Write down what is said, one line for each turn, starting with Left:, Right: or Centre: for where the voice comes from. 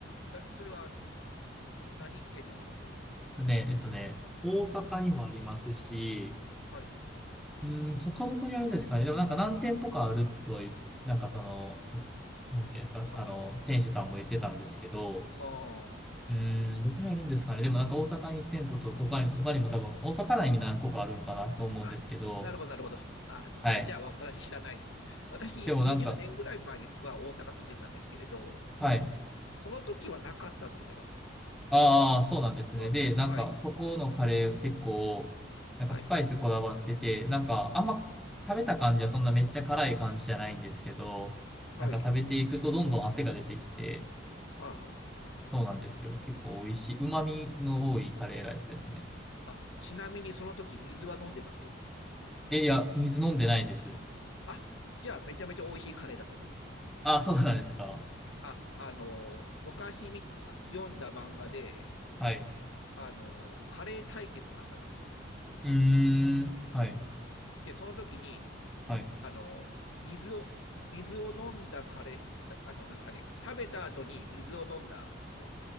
Left: ー、え、それは何県になります
Centre: それね、えっとね、大阪にもありますし、
Left: はい、
Centre: うん、他どこにあるんですかね。でもなんか何店舗かあるとは言う、なんかその、なんていうんですか、
Left: はい。
Centre: あの、店主さんも言ってたんですけど、
Left: あ
Centre: うーん、どこにあるんですかね。でもなんか大阪にいち店舗と、他に、他にも多分、大阪内に何個かあるんかなと思うんですけど、
Left: あ、あ、あ、なるほど、なるほど。あ、じあ、
Centre: はい。
Left: じゃあ、わ私知らないです。私、
Centre: でもなんか、
Left: 20年ぐらい前には大阪住んでたんですけれど、
Centre: はい。
Left: その時はなかったと思います。
Centre: ああ、そうなんですね。
Left: あ、
Centre: で、なんか、
Left: はい、
Centre: そこのカレー結構、なんかスパイスこだわってて、
Left: はい、
Centre: なんか、
Left: うん、
Centre: あんま食べた感じはそんなめっちゃ辛い感じじゃないんですけど、
Left: はい、
Centre: なんか食べていくとどんどん汗が出てきて、
Left: はあ、は
Centre: そうなんですよ。結構美味しい、旨味の多いカレーライスですね。
Left: あ。あ、ちなみにその時水は飲んでます
Centre: え、いや、水飲んでないです。
Left: あ、じゃあ、めちゃめちゃ美味しいカレーだと思います。
Centre: ああ、そうなんですか。
Left: あ、あのー、昔み、あ読んだ漫画で、
Centre: はい。
Left: あのー、カレー対決とかあったんですよ。
Centre: うーん。はい。
Left: で、その時に、
Centre: はい。
Left: あの、水を、水を飲んだカレー、あの、なんですかね、食べた後に水を飲んだ人、